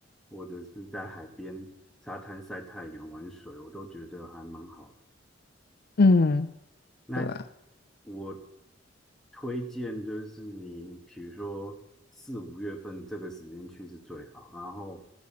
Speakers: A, in the centre; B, on the left (about 55°).
A: 或者是在海边沙滩晒太阳、玩水，我都觉得还蛮好的。
B: 嗯，
A: 那
B: 对啊，
A: 我推荐就是你，比如说四五月份这个时间去是最好，然后